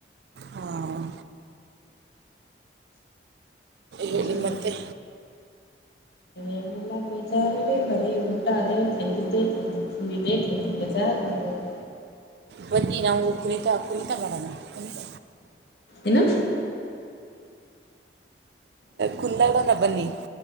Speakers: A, on the right; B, on the left.
A: ಹಾಂ
B: ಬಜಾರ
A: ಹೇಳಿ ಮತ್ತೆ
B: ಏನಲ್ಲಾ ಬೇಜಾರಿ ರೀ ಬರೀ ಊಟ ಅದೇ ತಂಡಿದ್ದೇ ತಿಂದಿ ತಿಂಡಿದ್ದೆ ತ ಬೇಜಾರ ಬಂದರು
A: ಬನ್ನಿ ನಾವು ಕುಣಿತಾ ಕುಣಿತಾ ಮಾಡೋಣ ಕುಣಿತ
B: ಏನು
A: ಕುಲ್ಲಾಗ ನ ಬನ್ನಿ